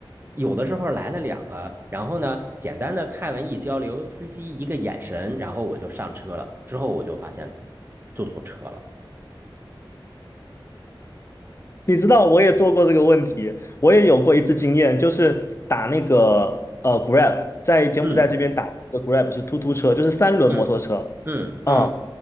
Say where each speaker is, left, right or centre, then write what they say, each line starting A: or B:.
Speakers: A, on the right; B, on the left.
A: 有的时候来了两个，然后呢，简单的泰文一交流，司机一个眼神，然后我就上车了，之后我就发现坐错车了。
B: 你知道我也做过这个问题，我也有过一次经验，就是打那个呃 Grab，在柬埔寨这边打那个
A: 嗯。
B: Grab 是突突车，就是三轮摩托车。
A: 嗯嗯嗯
B: 啊，